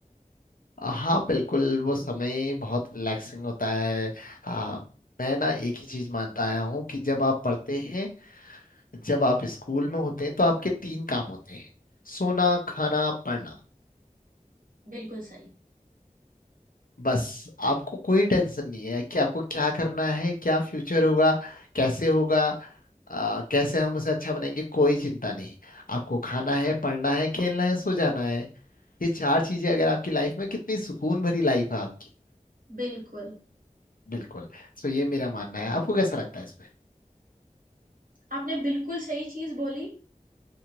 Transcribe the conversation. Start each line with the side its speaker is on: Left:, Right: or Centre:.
Left: हाँ बिल्कुल वो समय बहुत रिलैक्सिंग होता है आ, मैं ना एक ही चीज मानता आया हूँ कि जब आप पढ़ते हैं जब आप स्कूल में होते हैं तो आपके तीन काम होते हैं सोना खाना पढ़ना
Right: बिल्कुल सही
Left: बस आपको कोई टेंशन नहीं है कि आपको क्या करना है क्या फ्यूचर होगा कैसे होगा आ, कैसे हम उसे अच्छा बनाएंगे कोई चिंता नहीं आपको खाना है पढ़ना है खेलना है सो जाना है ये चार चीजें अगर आपकी लाइफ में कितनी सुकून भरी लाइफ है आपकी
Right: बिल्कुल
Left: बिल्कुल सो ये मेरा मानना है आपको कैसा लगता है इसमें
Right: आपने बिल्कुल सही चीज बोली